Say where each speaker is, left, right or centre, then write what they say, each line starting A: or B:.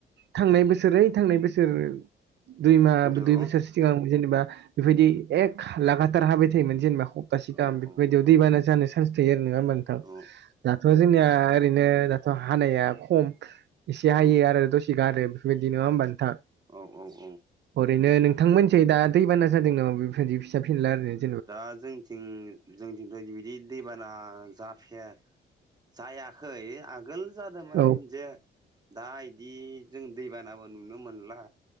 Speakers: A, on the right (about 60°); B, on the right (about 20°).
A: थांनाय बोसोर ओइ थांनाय बोसोर दुइ माह
B: गोदो
A: दुइ
B: औ
A: बोसोरसो सिगां जेनेबा बेफोरबायदि एक लागाथार हाबाय थायोमोन जेनेबा हप्तासे
B: औ
A: गाहाम बेफोरबायदियाव
B: औ
A: दैबाना
B: औ
A: जानो चान्स थायो आरो नङा होमबा नोंथां
B: औ
A: दाथ' जोंनिया ओरैनो राव हानाया खम एसे हायो
B: औ
A: आरो दसे गारो बेफोरबायदि नङा होमबा नोंथां?
B: औ औ औ।
A: ओरैनो नोंथांमोनसै दा दैबाना जादों नामा बेफोरबायदि फिसा फिनला आरो
B: दा जोंथिं जोंथिंथ' इबायदि दैबाना जाफाया जायाखै आगोल जादोंमोन
A: औ
B: जे दा इदि जों दैबानाबो नुनो मोनला